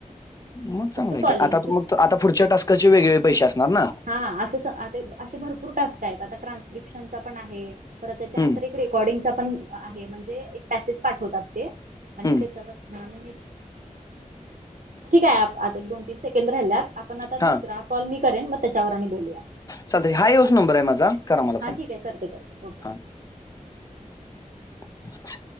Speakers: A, on the left (about 25°); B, on the right (about 75°).
A: मग चांगला
B: फक्त
A: आहे
B: कॉलिंगचे
A: की, आता मग आता पुढच्या टास्काचे वेगळे पैसे असणार ना?
B: हा अस असे भरपूर टास्क आहेत, आता ट्रान्स्क्रिप्शनचा पण आहे, परत त्याच्या
A: हं,
B: नंतर एक रेकॉर्डिंगचा पण आहे, म्हणजे एक पॅसेज पाठवतात ते आणि
A: हं.
B: त्याच्यावर नामिनेट ठीक हाय, आता एक दोन तीन सेकंड राहिल्यात आपण आता दुसरा
A: हां,
B: कॉल मी करेन, मग त्याच्यावर आणि बोलूया.
A: चालतय, हा ह्योच नंबर आहे माझा करा मला
B: हा
A: फोन,
B: ठीक आहे करते करते ओके
A: हा. <inaudible>